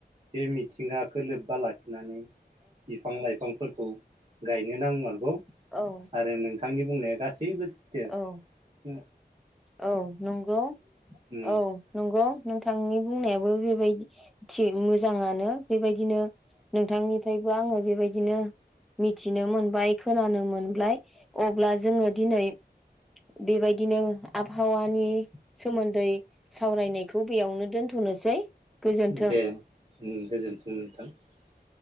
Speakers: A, on the right; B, in the centre.
A: बे मिथिंगाखो लोब्बा लाखिनानै बिफां लाइ फां फोरखौ गायनो नांमारगौ
B: औ
A: आरो नोंथांनि बुंनाया गासैबो सै
B: औ ।
A: ओ
B: औ नंगौ
A: उम
B: औ नंगौ नोंथांनि बुंनायाबो बेबायदि थिग मोजाङानो बेबायदिनो नोंथांनिफ्रायबो आङो बेबायदिनो मिथिनो मोनबाय खोनानो मोनबाय अब्ला जोङो दिनै बेबायदिनो आबहावानि सोमोन्दै सावरायनायखौ बेयावनो दोनथ'नोसै गोजोन्थों
A: दे । ओम गोजोन्थों नोंथां ।